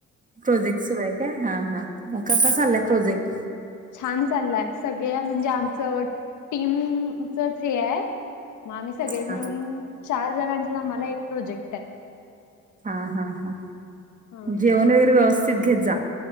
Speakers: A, on the right; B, on the left.
A: प्रोजेक्ट सुरू आहे काय हा हा मग कसा चाललाय प्रोजेक्ट..
B: छान चाललाय सगळ्या म्हणजे आमचं टीमच च हे आहे-. मग आम्ही सगळे मिळुन
A: हा
B: चार जणांचे आम्हाला एक प्रोजेक्ट-. आहे.
A: हा हा हा
B: ह
A: जेवण वगैरे व्यवस्थित घेत जा....